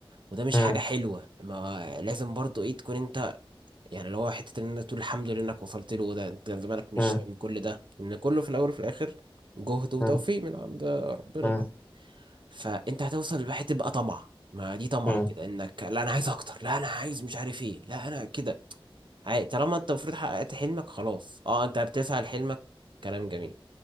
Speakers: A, on the right (about 55°); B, on the left (about 20°).
A: وده مش
B: مم،
A: حاجة حلوة ما لازم برضه ايه تكون انت يعني اللي هو حتة ان انت تقول الحمد لله انك وصلت له ده انت زمانك مش
B: مم،
A: من كل ده لان كله في الاول وفي الاخر جهد وتوفيق
B: مم،
A: من عند ربنا
B: مم،
A: وكده. فانت هتوصل لواحد تبقى طمع ما دي طمع
B: مم،
A: كده انك لا انا عايز اكتر لا انا عايز مش عارف ايه لا انا كده عاي- طالما انت المفروض حققت حلمك خلاص اه انت بتسعى لحلمك كلام جميل